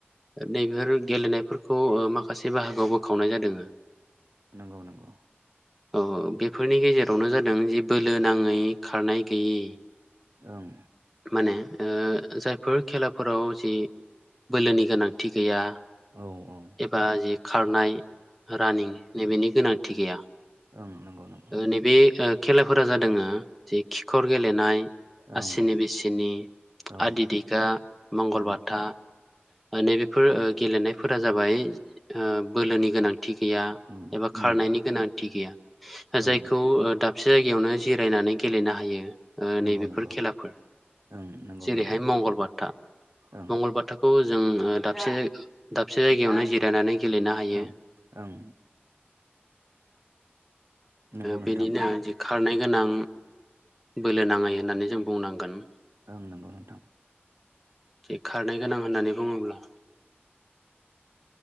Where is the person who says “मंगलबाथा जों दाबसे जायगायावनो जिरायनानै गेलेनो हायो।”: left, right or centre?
Centre